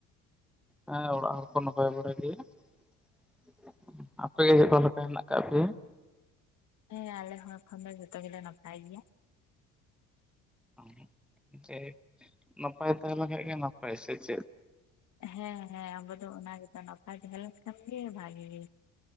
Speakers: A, in the centre; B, on the left (about 45°).
A: ᱦᱮᱸ ᱚᱲᱟᱜ ᱦᱚᱲ ᱠᱚ ᱱᱟᱯᱟᱭ ᱵᱟᱲᱟ ᱜᱮᱭᱟ <inaudible> ᱟᱯᱮ ᱜᱮ ᱪᱮᱫ ᱞᱮᱠᱟ ᱯᱮ ᱦᱮᱱᱟᱜ? <unintelligible>
B: ᱦᱮᱸ ᱟᱞᱮ ᱦᱚᱲ ᱠᱷᱚᱱ ᱫᱚ ᱡᱚᱛᱚ ᱜᱮᱞᱮ ᱱᱟᱯᱟᱭ ᱜᱮᱭᱟ᱾
A: <unintelligible> ᱡᱮ ᱱᱟᱯᱟᱭ ᱛᱟᱦᱮᱸ ᱞᱮᱱ ᱠᱷᱟᱡ ᱜᱮ ᱱᱟᱯᱟᱭ᱾ ᱥᱮ ᱪᱮᱫ?
B: ᱦᱮᱸ ᱦᱮᱸ ᱟᱵᱚ ᱫᱚ ᱚᱱᱟ ᱜᱮᱛᱚ ᱱᱟᱯᱟᱭ ᱛᱟᱦᱮ ᱞᱮᱱ ᱠᱷᱟᱱ ᱜᱮ ᱵᱷᱟᱜᱤ ᱜᱮ᱾